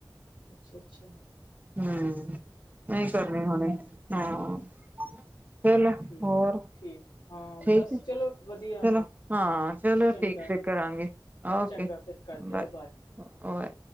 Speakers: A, on the left; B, on the right.
A: ਅੱਛਾ-ਅੱਛਾ।
B: ਹੂੰ। ਨਈਂ ਕਰਨੀ ਹੋਨੀ, ਹਾਂ ਚੱਲ
A: ਠੀਕ
B: ਹੋਰ
A: ਠੀਕ ਹਾਂ
B: ਠੀਕ
A: ਬਸ
B: ਐ,
A: ਚਲੋ ਵਧੀਆ
B: ਚਲੋ ਹਾਂ ਚਲੋ
A: ਚੰਗਾ
B: ਠੀਕ ਫਿਰ ਕਰਾਂਗੇ। ਓਕੇ
A: ਚੰਗਾ ਫਿਰ ਕਰ ਦਿਓ
B: ਬਾਏ